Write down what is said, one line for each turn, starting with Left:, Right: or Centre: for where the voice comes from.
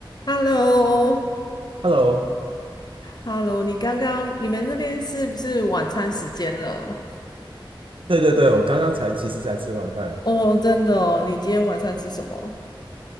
Left: h e l l o
Right: Hello，
Left: h e l l o 你刚刚你们那边是不是晚餐时间了？
Right: 对对对，我刚刚才其实才吃完饭，
Left: 哦，真的哦，你今天晚餐吃什么？